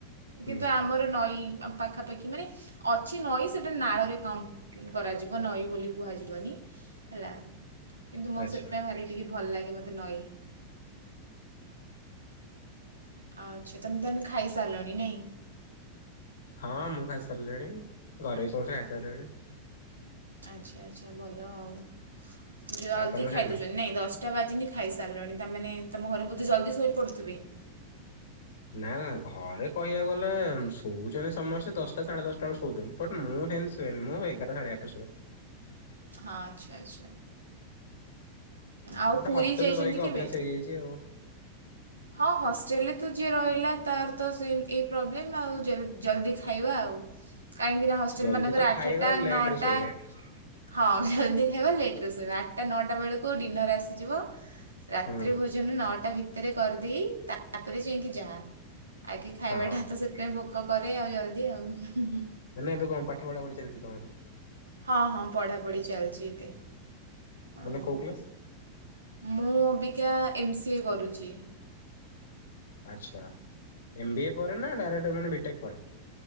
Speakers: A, on the left; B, on the right.
A: ହୁଁ
B: କିନ୍ତୁ ଆମର ନଈ ପାଖାପାଖି ମାନେ ଅଛି ନଈ ସେଟା ନାଳରେ କାଉଣ୍ଟ କରାଯିବ ନଈ ବୋଲି କୁହାଯିବନି ହେଲା, କିନ୍ତୁ ମୁଁ
A: ଆଚ୍ଛା
B: ସେଥିପାଇଁ ଭାରି ଟିକେ ଭଲ ଲାଗେ ମତେ ନଈ। ଆଚ୍ଛା, ତମେ ତାହେନେ ଖାଇସାରିଲଣି ନାଇଁ?
A: ହଁ ମୁଁ ଖାଇ ସାରିଲିଣି, ଘରେ ସମସ୍ତେ ଖାଇସାରିଲେଣି।
B: ଆଚ୍ଛା ଆଚ୍ଛା ଭଲ ଆଉ। ଜଲଦି
A: ଆଉ ତମେ
B: ଖାଇଦଉଛନ୍ତି
A: ଖାଇନ?
B: ନାଇଁ ଦଶଟା ଶଟା ବାଜିନି ଖାଇସାରିଲଣି। ତାମାନେ ତମ ଘରେ ବୋଧେ ଜଲଦି ଶୋଇ ପଡୁଥିବେ?
A: ନାଁ ନାଁ, ଘରେ କହିଆକୁ ଗଲେ, ଶୋଉଛନ୍ତି ସମସ୍ତେ ଦଶଟା ସାଢେ ଦଶଟା ବେଳକୁ ଶୋଉଚନ୍ତି। ବଟ ମୁଁ ହେନ୍ ଶୁଏନି, ମୁଁ ଏଗାରଟା ସାଢେ ଏଗାରଟାରେ ଶୁଏ।
B: ହଁ ଆଚ୍ଛା ଆଚ୍ଛା।
A: ହୁଁ
B: ଆଉ
A: ଗୋଟେ
B: ପୁରୀ
A: ହଷ୍ଟେଲରେ
B: ଯାଇଚନ୍ତି
A: ରହିକି
B: କେବେ?
A: ଅଭ୍ୟାସ ହେଇଯାଇଛି ଆଉ
B: ହଁ ହଷ୍ଟେଲରେ ତ ଯିଏ ରହିଲା ତାର ତ ସେମ୍ ଏଇ ପ୍ରୋବ୍ଲେମ୍ ଆଉ। ଜେମ୍ ଜଲ୍ଦି ଖାଇବା ଆଉ। କାହିଁକିନା ହଷ୍ଟେଲ
A: ଜଲ୍ଦି
B: ମାନଙ୍କରେ
A: ତ
B: ଆଠଟା
A: ଖାଇବା ଆଉ ଲେଟରେ
B: ନଅଟା
A: ଶୋଇବା।
B: ହଁ ଜଲ୍ଦି ଖାଇବା, ଲେଟରେ ଶୋଇବା। ଆଠଟା ନଅଟା ବେଳକୁ ଡିନର ଆସିଯିବ ରାତ୍ରି
A: ହୁଁ
B: ଭୋଜନ ନଅଟା ଭିତରେ କରିଦେଇ, ତାପରେ ଯାଇଁକି ଯାହା। ଆଗେ ଖାଇବାଟା
A: ହଁ
B: ତ ସେଥିପାଇଁ ଭୋକ କରେ ଆଉ ଜଲଦି ଆଉ ହୁଁ।
A: ମାନେ ନାଇଁ ଏବେ କଣ ପାଠ ପଢାପଢି ଚାଲିଛି ତମର?
B: ହଁ ହଁ ପଢ଼ାପଢି ଚାଲିଛି ଏବେ। ଅଁ,
A: ମାନେ କଉ କ୍ଲାସ୍?
B: ମୁଁ ଅବିକା ଏମ ସି ଏ କରୁଚି।
A: ଆଚ୍ଛା ଏମ ବି ଏ ପରେ ନା ଡାଇରେକ୍ଟ ମାନେ ବିଟେକ୍ ପରେ?